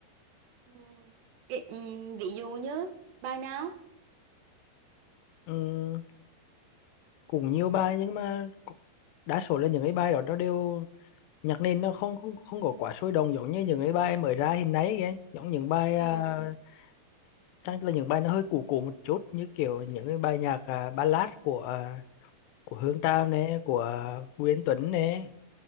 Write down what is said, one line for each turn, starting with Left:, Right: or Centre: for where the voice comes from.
Right: Ừm, cái, ừm, ví dụ như bài nào
Left: Ừm, cũng nhiều bài nhưng mà đa số là những cái bài đó nó đều nhạc nền nó không không không có quá sôi động giống như những cái bài mới ra hiện nay kìa giống những bài
Right: ừ.
Left: à, chắc là những bài nó hơi cũ cũ một chút như kiểu những cái bài nhạc à, ballad của à, của Hương Tràm này của à, Bùi Anh Tuấn này